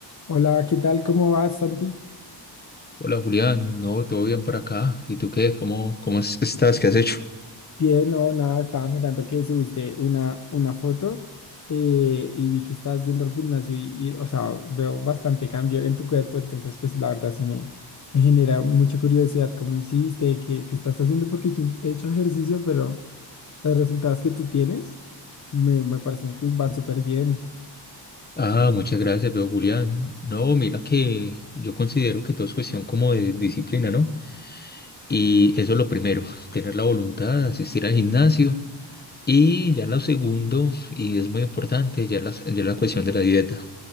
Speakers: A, on the left; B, on the left.
A: Hola, ¿qué tal? ¿Cómo vas, Santi?
B: Hola Julián, no, todo bien por acá. ¿Y tú qué? ¿Cómo, cómo es- Estás, ¿qué has hecho?
A: Bien, no, nada, estaba mirando que subiste una, una foto eh, y vi que estás yendo al gimnasio y, y, o sea, veo bastante cambio en tu cuerpo, entonces, pues la verdad sí me, me genera mucha curiosidad cómo hiciste, qué, qué estás haciendo, porque yo he hecho ejercicio, pero los resultados que tú tienes me, me parecen que van súper bien.
B: Ah, muchas gracias, veo Julián. No, mira que yo considero que todo es cuestión como de disciplina, ¿no? Y eso es lo primero, tener la voluntad, asistir al gimnasio. Y ya lo segundo, y es muy importante, ya las- ya la cuestión de la dieta.